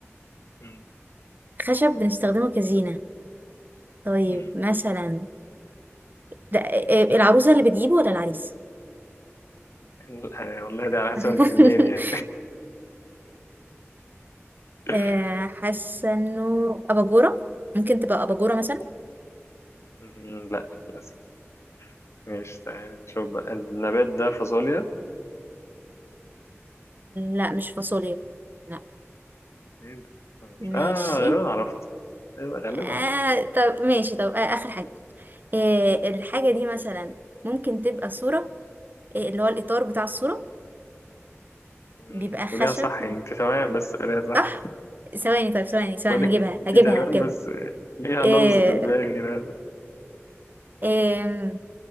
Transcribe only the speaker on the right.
خشب بنستخدمه كزينه طيب
مثلا ده آه، آه، العروسة اللي بتجيبه ولا العريس
<laughs>
آه، حاسة انه أباجورة ممكن تبقى أباجورة مثلا
لا مش فاصوليا لا
ماشي
آه
طب ماشي طب آه آخر حاجة آه الحاجة دي مثلا ممكن تبقى صورة آه اللي هو الإطار بتاع الصورة
بيبقى خشب
صح ثواني طيب ثواني ثواني
هجيبها هجيبها
هجيبها
آه
آه